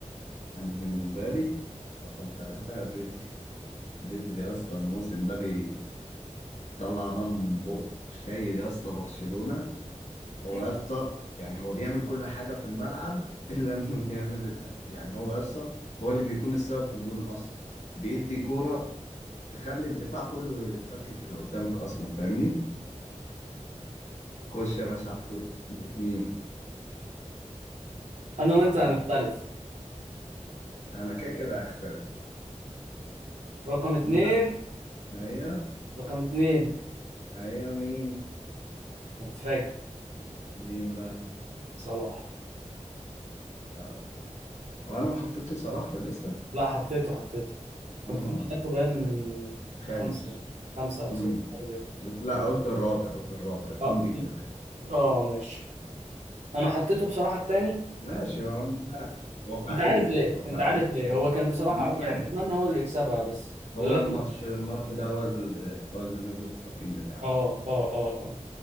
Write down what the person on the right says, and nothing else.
<laughs>
انا وانت هنختلف
رقم اتنين
رقم اتنين
هتتفاجئ
صلاح
لا حطيته حطيته كنت
انت
خدته
باين
خمسة خمسة أو
ستة حاجة زي كده
اه
اه ماشي أنا حطيته بصراحة التاني
أنت عارف ليه
أنت عارف ليه هو كان بصراحة
يعني
أتمنى هو اللي يكسبها بس
لا
اه اه اه